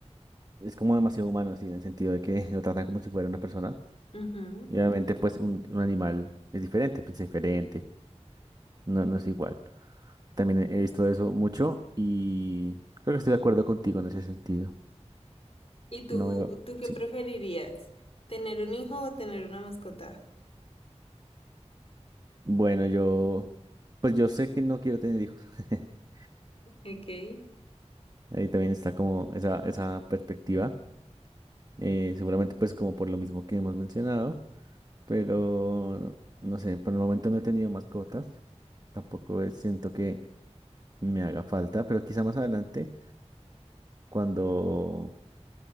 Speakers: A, on the right (about 35°); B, on the left (about 55°).
A: es como demasiado humano, sí, en el sentido de que <laughs> lo tratan como si fuera una persona.
B: Ujú.
A: Y obviamente, pues, un, un animal es diferente, piensa diferente, no, no es igual. También he visto eso mucho y creo que estoy de acuerdo contigo en ese sentido.
B: ¿Y tú,
A: No, pero
B: tú qué
A: sí.
B: preferirías? ¿Tener un hijo o tener una mascota?
A: Bueno, yo, pues yo sé que no quiero tener hijos. <laughs>
B: Ok.
A: Ahí también está como esa, esa perspectiva. Eh, seguramente pues como por lo mismo que hemos mencionado, pero no sé, por el momento no he tenido mascotas. Tampoco es- siento que me haga falta, pero quizá más adelante, cuando,